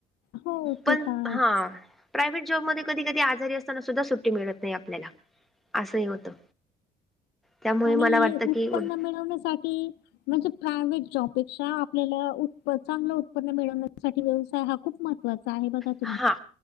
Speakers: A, on the left; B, in the centre.
A: हो ते
B: पण
A: तर आहेच
B: हा प्रायव्हेट जॉब मध्ये कधी-कधी आजारी असताना सुद्धा सुट्टी मिळत नाही आपल्याला असंही होतं. त्यामुळे
A: आणि
B: मला वाटतं
A: उत्पन्न
B: की उद
A: मिळवण्यासाठी म्हणजे प्रायव्हेट जॉबपेक्षा आपल्याला उत्पन्न चांगलं उत्पन्न मिळवण्यासाठी व्यवसाय हा खूप मह <unintelligible>
B: हा